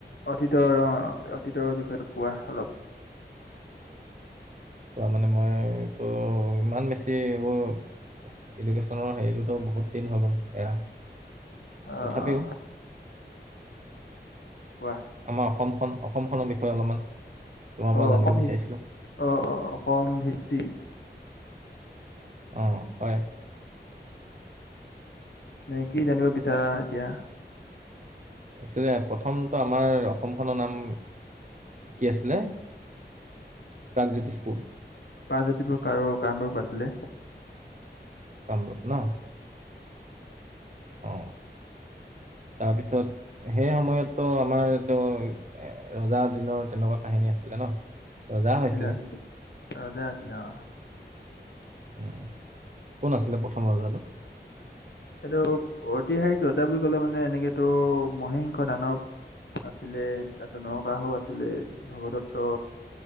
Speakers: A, on the left; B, on the right.
A: অতীতৰ অ' অতীতৰ বিষয়ে কোৱা অলপ।
B: কোৱা মানে মইতো, ইমান বেছি এইবোৰ এডুকেশ্যনৰ হেৰিতো ত বহুত দিন হৈ গ'ল এৰা,
A: আহ
B: তথাপিও
A: কোৱা?
B: আমাৰ অসমখন অসমখনৰ বিষয়ে অলপমান তোমাৰ পৰা
A: অ
B: জানিব
A: অসম
B: বিচাৰিছিলোঁ
A: অ অ অসম হিষ্ট্ৰী
B: অ হয়
A: মানে কি জানিব বিচাৰা এতিয়া
B: একচুৱেলি প্ৰথমটো আমাৰ অসমখনৰ নাম কি আছিলে প্ৰাগজ্যোতিশপুৰ
A: প্ৰাগজ্যোতিষপুৰ আৰু কামৰূপ আছিলে
B: কামৰূপ ন অ তাৰপিছত সেই সময়তো আমাৰ এইটো ৰজা দিনৰ তেনেকুৱা কাহিনী আছিলে ন ৰজা হৈছিলে
A: আছিলে আছিলে ৰজা আছিলে অ
B: উম কোন আছিলে প্ৰথম ৰজাটো
A: এইটো ঐতিহাসিক ৰজা বুলি ক'লে মানে এনেকেতো মহিংস দানৱ আছিলে তাৰপিছত নৰকাসুৰ আছিলে ভগদত্ত